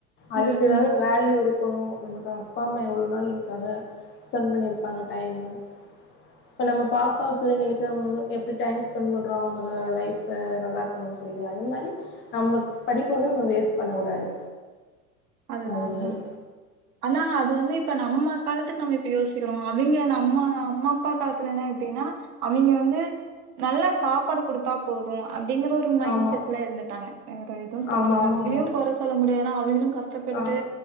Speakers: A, on the left; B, on the right.
A: அதுக்கு
B: ம்
A: ஏதாவது
B: ம்
A: வேல்யூ இருக்கணு நமக்கு அப்பா அம்மா எவ்ளோ நாள் காக ஸ்பெண்ட் பண்ணியிருப்பாங்க டைமு இப்ப நம்ம பாப்பா பிள்ளைங்களுக்கு அவங்க எப்படி டைம் ஸ்பெண்ட் பண்றோ அவங்க லைப் நல்லா இருக்கு சொல்லி அது மாரி நம்ம படிப்ப வந்து நம்ம வேஸ்ட் பண்ணக்கூடாது
B: அதுதா
A: அது
B: அதுதா
A: மாதிரி
B: ஆனா அது வந்து இப்ப நம்ம காலத்துக்கு நம்ம இப்போ யோசிக்கிறோ அவிங்க நம்ம அம்மா அப்பா காலத்துல எப்புடின்னா அவிங்க வந்து நல்லா சாப்பாடு குடுத்தா போது அப்புடிங்கற ஒரு மைண்ட்
A: ஆமாம்
B: செட்ல இருந்துட்டாங்க வேற எ து சொல்ல
A: ஆமாம்
B: முல்ல
A: ஆமாம்
B: அவிங்களையு
A: ஆமாம்
B: கொர சொல்ல முடியாதுன்னா அவிங்களு கஷ் கஷ்டப்பட்டு
A: ஆ